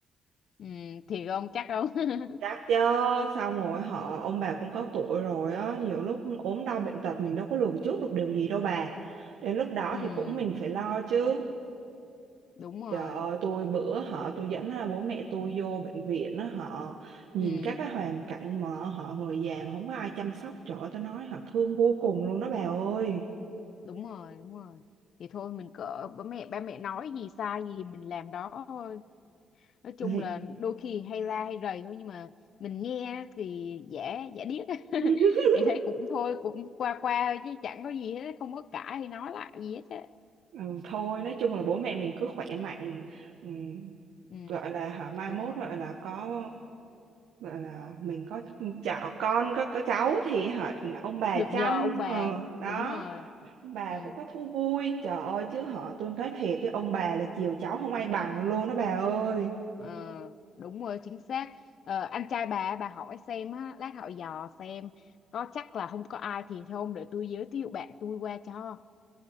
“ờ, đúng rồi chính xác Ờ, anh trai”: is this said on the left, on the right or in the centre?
Left